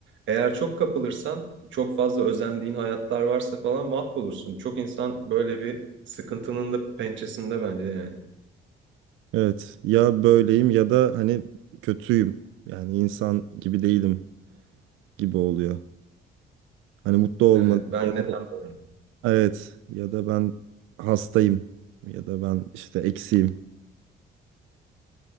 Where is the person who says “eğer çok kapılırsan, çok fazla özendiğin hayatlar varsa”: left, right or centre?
Right